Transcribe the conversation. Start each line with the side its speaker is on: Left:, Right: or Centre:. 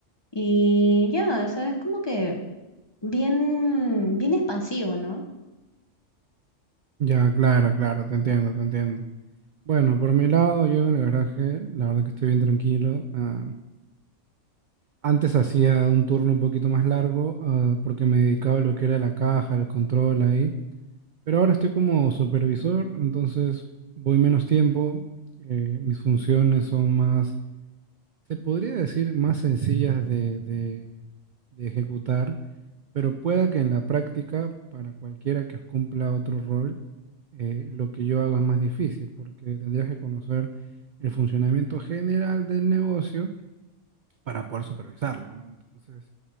Left: Y ya, o sea, es como que bien, bien expansivo, ¿no?
Right: Ya, claro, claro, te entiendo, te entiendo. Bueno, por mi lado, yo en el garaje, la verdad que estoy bien tranquilo. Ah, antes hacía un turno un poquito más largo, ah, porque me dedicaba a lo que era la caja, el control ahí. Pero ahora estoy como supervisor, entonces voy menos tiempo. eh, mis funciones son más Se podría decir más sencillas de, de- de ejecutar, pero pueda que en la práctica, para cualquiera que cumpla otro rol, eh, lo que yo hago es más difícil, porque tendrías que conocer el funcionamiento general del negocio para poder supervisarlo, ¿no? Entonces,